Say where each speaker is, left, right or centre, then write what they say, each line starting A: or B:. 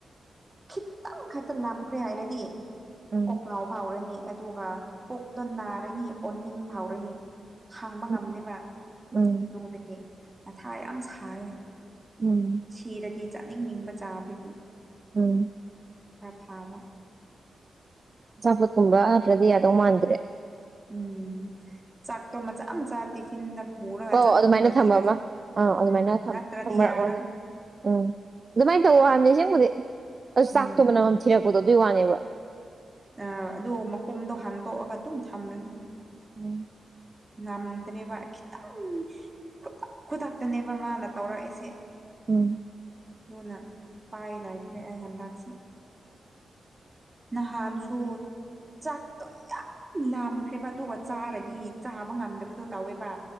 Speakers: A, on the right; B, on the right.
A: ꯈꯤꯇꯪ ꯈꯛꯇ ꯂꯥꯈ꯭ꯔꯦ ꯍꯥꯏꯔꯗꯤ
B: ꯎꯝ
A: ꯀꯣꯛꯅꯥꯥꯎ ꯐꯥꯎꯔꯅꯤ ꯑꯗꯨꯒ ꯄꯨꯣꯛꯛꯇꯣ ꯅꯥꯔꯅꯤ ꯑꯣꯟꯅꯤꯡ ꯐꯥꯎꯔꯅꯤ ꯍꯥꯡꯕ
B: ꯎꯝ
A: ꯉꯝꯗꯦꯕ
B: ꯎꯝ
A: ꯅꯣꯡꯗꯤ ꯃꯊꯥ ꯌꯥꯝ ꯁꯥꯏ
B: ꯎꯝ
A: ꯁꯤꯔꯗꯤ ꯆꯥꯅꯤꯡꯅꯤꯡꯕ ꯆꯥꯕꯒꯤ
B: ꯎꯝ
A: ꯑ ꯐꯥꯕ
B: ꯑꯐꯣꯠꯀꯨꯝꯕ ꯅꯠꯇ꯭ꯔꯗꯤ ꯌꯥꯗꯧ ꯃꯥꯟꯗ꯭ꯔꯦ
A: ꯎꯝ ꯆꯥꯛꯇꯣ ꯃꯆꯥ ꯃꯆꯥ ꯇꯤꯐꯤꯟꯗ ꯄꯨꯔꯒ
B: ꯑꯣ
A: ꯆꯠꯂꯅꯤ
B: ꯑꯗꯨꯃꯥꯏꯅ ꯊꯝꯕ
A: ꯑꯩ
B: ꯑꯃ ꯑꯥ ꯑꯗꯨꯃꯥꯏꯅ
A: ꯎꯝ ꯅꯠꯇ꯭ꯔꯗꯤ
B: ꯊꯝꯃꯔꯛꯂꯣꯖꯅ
A: ꯌꯥꯔꯔꯣꯏ
B: ꯎꯝ ꯑꯗꯨꯃꯥꯏꯅ ꯇꯧꯋ ꯍꯥꯏꯅꯦ ꯁꯤ ꯑꯁ ꯆꯥꯛꯇ
A: ꯎꯝ
B: ꯃꯅꯝ ꯊꯤꯔꯛꯄꯗꯣ ꯑꯗꯨꯏ ꯋꯥꯅꯦꯕ
A: ꯑ ꯑꯗꯨ ꯃꯈꯣꯝꯗꯣ ꯍꯥꯡꯇꯣꯛꯑꯒ ꯑꯗꯨꯝ ꯊꯝꯂꯅꯤ
B: ꯎꯝ
A: ꯉꯝꯗ꯭ꯔꯦꯕ ꯈꯤꯇꯪ ꯈꯨꯗꯛ ꯈꯨꯗꯛꯇꯅꯦꯕ ꯃꯥꯅ ꯇꯧꯔꯛꯏꯁꯦ
B: ꯎꯝ
A: ꯑꯗꯨꯅ ꯎꯄꯥꯏ ꯂꯩꯇ꯭ꯔꯦ ꯑꯩ ꯍꯟꯗꯛꯁꯦ ꯅꯍꯥꯟꯁꯨ ꯆꯥꯛꯇꯣ ꯌꯥꯝ ꯂꯥꯝꯈ꯭ꯔꯦꯕ ꯑꯗꯨꯒ ꯆꯥꯔꯗꯤ ꯆꯥꯕ ꯉꯝꯗꯕꯗꯣ ꯇꯧꯋꯦꯕ